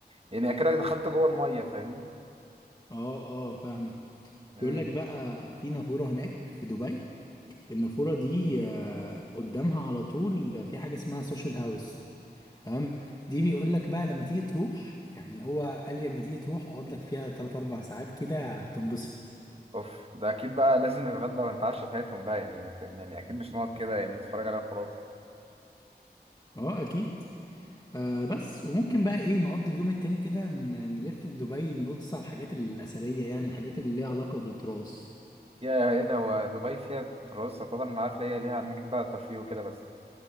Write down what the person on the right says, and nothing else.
يعني اكنك دخلت جوه الميه فاهمني
امم
اوف ده اكيد بقى لازم نتغدى ونتعشى ساعتهم بقى يعني فاهم؟ يعني اكيد مش نقعد كده يعني نتفرج عليها وخلاص
يا ايه ده هو دبي فيها تراث طبعا انا عارف ليها ليها اماكن بقى ترفيه وكده بس